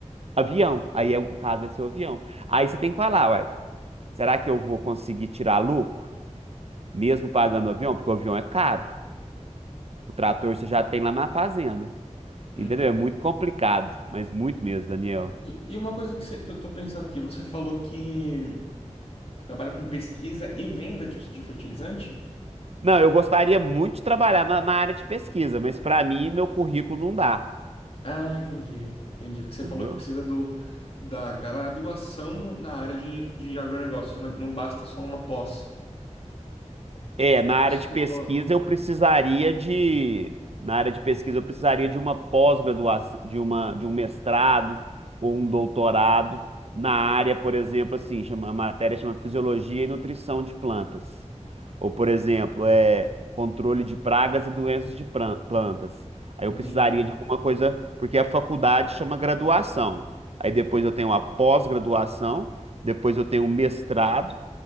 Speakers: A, on the right; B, on the left.
A: Avião. Aí é o caso vai ser o avião. Aí você tem que falar, ué, será que eu vou conseguir tirar lucro? Mesmo pagando o avião? Porque o avião é caro. O trator você já tem lá na fazenda. Entendeu?
B: Uhum.
A: É muito complicado, mas muito mesmo, Daniel.
B: E, e uma coisa que, você- que eu tô pensando aqui, você falou que trabalha com pesquisa e venda de, de fertilizante?
A: Não, eu gostaria muito de trabalhar na, na área de pesquisa, mas para mim, meu currículo não dá,
B: Ah, entendi. Entendi. Porque você
A: entendeu?
B: falou que precisa do, da graduação no- na área de, de agronegócio. Não, não basta só uma pós.
A: É, na área
B: Isso
A: de
B: que
A: pesquisa
B: você falou.
A: eu precisaria de, na área de pesquisa eu precisaria de uma pós-graduação, de uma, de um mestrado ou um doutorado na área, por exemplo, assim, chama, a matéria chama Fisiologia e Nutrição de Plantas. Ou, por exemplo, é controle de pragas e doenças de pran- plantas. Aí eu
B: Entendi.
A: precisaria de alguma coisa, porque a faculdade chama graduação. Aí depois eu tenho a pós-graduação, depois eu tenho o mestrado